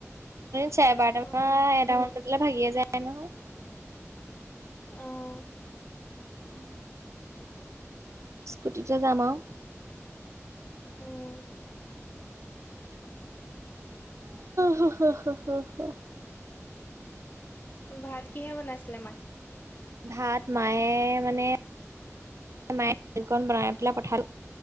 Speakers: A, on the right; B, on the left.
A: চাৰে বাৰটামান
B: অঁ
A: এটামান বজালে ভাগিয়ে যায় নহয়
B: উম।
A: উম। স্কুটিতে জাম আও।
B: উম।
A: হুহ হুহ
B: ভাত কিহে বনাইছিলে মায়ে।
A: ভাত মায়ে মানে। মায়ে বনাই পেলাই পঠালো।